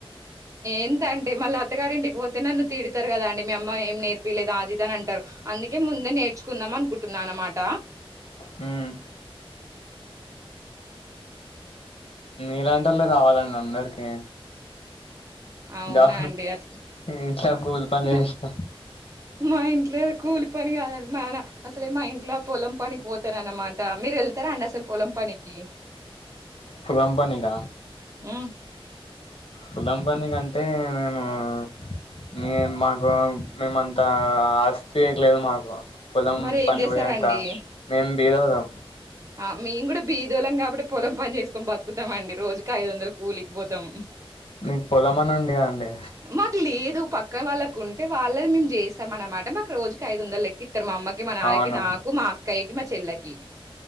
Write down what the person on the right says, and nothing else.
ఎంత అంటే మళ్ళీ అత్తగారింటికి పోతే నన్ను తిడతారు కదా అండి మీ అమ్మ ఏం నేర్పిలేద అది అని అంటారు అందుకే ముందే నేర్చుకుందాం అనుకుంటున్నా అనమాట
అవునా
అండి అ
నా
మా ఇంట్లోద కూలి పని కాదండి మాన అసలే మా ఇంట్లో పొలం పనికి పోతారన్నమాట మీరు వెళ్తారా అండి అసలు పొలం పనికి
హ్మ్.
మరి ఏం
చేసారండి
ఆ మేము కూడా బీదోలం కాబట్టి పొలం పని చేసుకొని బతుకుతమ్మండి రోజు ఇ ఐదు వందలు కూలికిపోతాము
మాకు లేదు పక్కన వాళ్ళకు ఉంటే వాళ్ళది మేము చేసాం అన్నమాట మాకు రోజుకి ఐదు వందల లె ఇద్దరు మా అమ్మకి మా నాన్నకి
నాకు మా అక్కయ్యకి మా చెల్లకి